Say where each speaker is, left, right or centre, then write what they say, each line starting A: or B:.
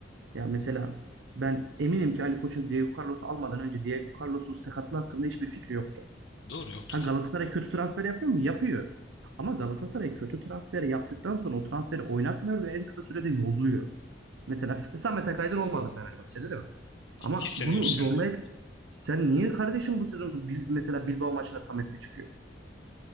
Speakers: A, on the right; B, on the left.
A: Ya mesela ben eminim ki Ali Koç'un Diego Carlos'u almadan önce Diego Carlos'un sakatlığı hakkında hiçbir fikri yoktu.
B: Doğru yoktur.
A: Ha Galatasaray kötü transfer yapıyor mu? Yapıyor. Ama Galatasaray kötü transfer yaptıktan sonra o transferi oynatmıyor ve en kısa sürede yolluyor. Mesela F- Samet Akaydın olmadı Fenerbahçe'de değil mi? Ama
B: 2 sene
A: bunu
B: üç sene
A: zorlayıp
B: oynadı.
A: sen niye kardeşim bu sezon Bil- mesela Bilbao maçına Samet'le çıkıyorsun?